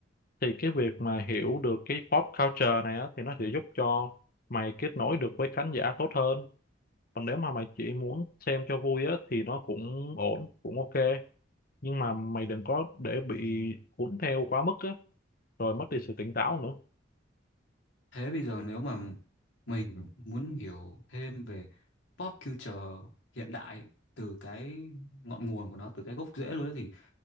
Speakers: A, on the left (about 50°); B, on the left (about 85°).
A: thì cái việc mà hiểu được cái pop culture này á thì nó sẽ giúp cho mày kết nối được với khán giả tốt hơn còn nếu mà mày chỉ muốn xem cho vui á thì nó cũng ổn cũng ok nhưng mà mày đừng có để bị cuốn theo quá mức á rồi mất đi sự tỉnh táo nữa
B: Thế bây giờ nếu mà mình muốn hiểu thêm về pop culture hiện đại từ cái ngọn nguồn của nó, từ cái gốc rễ luôn đó thì